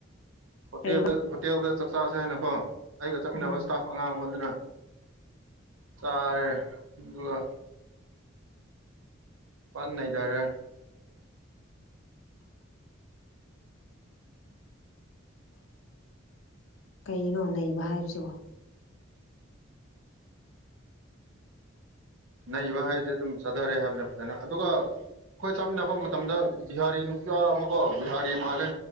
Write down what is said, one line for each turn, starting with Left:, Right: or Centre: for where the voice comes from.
Right: ꯍꯣꯇ
Left: ꯂꯩꯕ
Right: ꯍꯣꯇꯦꯜꯗ ꯆꯥꯛ ꯆꯥꯁꯦ ꯍꯥꯏꯥꯟꯅꯀꯣ ꯑꯩꯒ ꯆꯠꯃꯤꯟꯅꯕ
Left: ꯎꯝ
Right: ꯏꯁꯇꯥꯐ ꯑꯉꯥꯡ ꯑꯃꯗꯨꯅ ꯆꯔꯦ ꯑꯗꯨꯒ ꯄꯥꯟ ꯅꯩꯊꯔꯦ
Left: ꯀꯩꯅꯣ ꯅꯩꯕ ꯍꯥꯏꯕꯁꯤꯕꯣ
Right: ꯅꯩꯕ ꯍꯥꯏꯁꯦ ꯑꯗꯨꯝ ꯆꯥꯊꯔꯦ ꯍꯥꯏꯕꯅꯦ ꯐꯖꯅ ꯑꯗꯨꯒ ꯑꯩꯈꯣꯏ ꯆꯥꯃꯤꯟꯅꯕ ꯃꯇꯝꯗ ꯕꯤꯍꯥꯔꯤ ꯅꯨꯄꯤꯌꯥ ꯑꯃ ꯀꯣ ꯕꯤꯍꯥꯔꯤ ꯃꯥꯜꯂꯦ